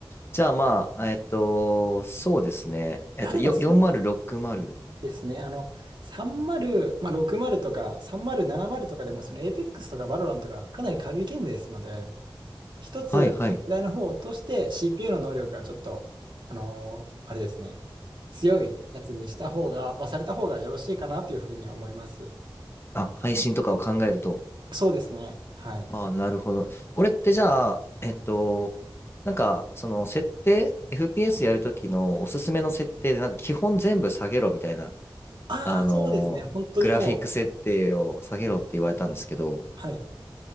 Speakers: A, on the left; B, on the right.
A: じゃあまあ、えっと、そうですね。えっと、
B: であれば、
A: よ、
B: そう
A: 4060?
B: ですね。あの、30、まあ、60とか30、70とかでも、その Apex とか Valorant とかかなり軽いゲームですので、一つ、
A: はいはい。
B: 世代の方を落として CPU の能力がちょっと、あのーあれですね、強いやつにした方が、まあ、された方がよろしいかなというふうには思います。
A: あ、配信とかを考えると。
B: そうですね。はい。
A: ああ、なるほど。これってじゃあ、えっと、なんか、その設定、FPS やるときのおすすめの設定で、なんか基本全部下げろみたいな、
B: ああ、
A: あのーグラフィック設定を下げろって言われたんですけど、
B: そうですね。本当にもう、はい。